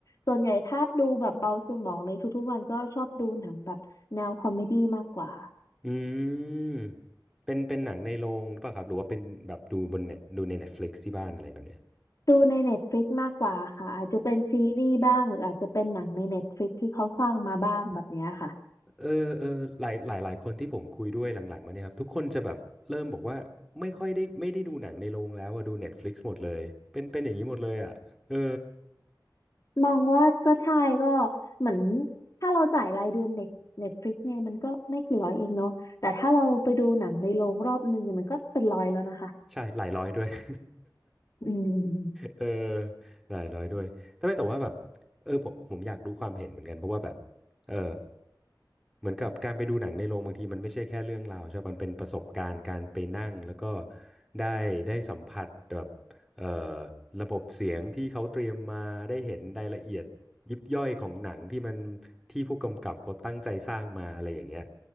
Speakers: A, on the left; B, in the centre.
A: ส่วนใหญ่ถ้าดูแบบเบาสมองในทุกๆวันก็ชอบดูหนังแบบแนวคอมเมดี้มากกว่า
B: อืมเป็นเป็นหนังในโรงหรือเปล่าครับหรือว่าเป็นแบบดูบนเน็ตดูใน Netflix ที่บ้านอะไรแบบเนี้ย
A: ดูใน Netflix มากกว่าค่ะอาจจะเป็นซีรีส์บ้างหรืออาจจะเป็นหนังใน Netflix ที่เขาสร้างมาบ้างแบบเนี้ยค่ะ
B: เออเออหลายหลายหลายคนที่ผมคุยด้วยหลังๆมาเนี่ยครับทุกคนจะแบบเริ่มบอกว่าไม่ค่อยได้ไม่ได้ดูหนังในโรงแล้วอะดู Netflix หมดเลยเป็นเป็นอย่างนี้หมดเลยอ่ะเออ
A: มองว่าก็ใช่ก็เหมือนถ้าเราจ่ายรายเดือนเน็ตเน็ตฟลิกเนี่ยมันก็ไม่กี่ร้อยเองเนาะแต่ถ้าเราไปดูหนังในโรงรอบนึงเนี่ยมันก็เป็นร้อยแล้วนะคะ
B: ใช่หลายร้อยด้วย <laughs>
A: อืม
B: เออหลายร้อยด้วยแต่ไม่แต่ว่าแบบเออผมผมอยากรู้ความเห็นเหมือนกันเพราะว่าแบบเออเหมือนกับการไปดูหนังในโรงบางทีมันไม่ใช่แค่เรื่องราวใช่ปะมันเป็นประสบการณ์การไปนั่งแล้วก็ได้ได้สัมผัสแบบเออระบบเสียงที่เขาเตรียมมาได้เห็นรายละเอียดยิบย่อยของหนังที่มันที่ผู้กำกับเขาตั้งใจสร้างมาอะไรอย่างเงี้ย